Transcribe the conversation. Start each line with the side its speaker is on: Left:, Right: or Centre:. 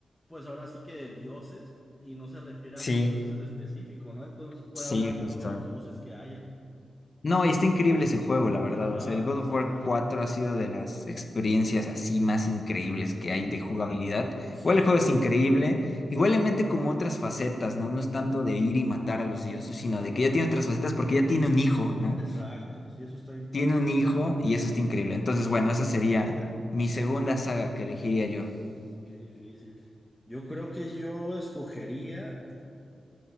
Centre: pues ahora sí que de dioses y no se refiere
Left: Sí,
Centre: a unos dioses en específico, ¿no? Entonces puede
Left: sí,
Centre: hablar
Left: justo.
Centre: todos los dioses que haya.
Left: No, y está increíble ese juego, la verdad.
Centre: Ajá,
Left: O sea, el God of
Centre: sí,
Left: War
Centre: claro.
Left: cuatro ha sido de las experiencias así más increíbles que hay de jugabilidad.
Centre: Sí,
Left: Igual el juego es increíble. Igual le mete como otras facetas, ¿no? No es tanto de ir y matar a los dioses, sino
Centre: ajá,
Left: de que ya tiene otras facetas porque ya tiene un hijo, ¿no?
Centre: exacto. Sí, eso está bien
Left: tiene
Centre: padre.
Left: un hijo y eso está increíble. Entonces, bueno, esa sería mi segunda saga que elegiría yo.
Centre: S- Qué difícil. Yo creo que yo escogería,